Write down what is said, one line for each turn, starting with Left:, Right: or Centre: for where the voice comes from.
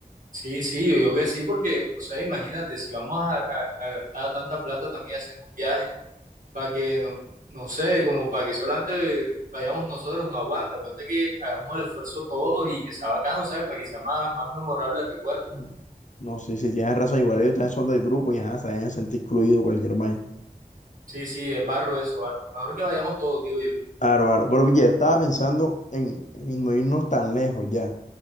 Right: Sí, sí, yo digo que sí, porque, o sea, imagínate, si vamos a, a- a gastar tanta plata también haciendo un viaje, para que, no, no sé, como para que solamente vayamos nosotros, no aguanta, aguanta que hagamos el esfuerzo todos y que sea bacano, ¿sabes? Para que sea más, más memorable el recuerdo.
Left: Mm. No sé si tienes razón, igual ellos también son del grupo y ajá, se deben sentir incluidos cualquier vaina.
Right: Sí, sí, es barro eso, barro. Mejor que vayamos todos, digo yo.
Left: Aro, aro. Pero pille, yo estaba pensando en, en no irnos tan lejos ya.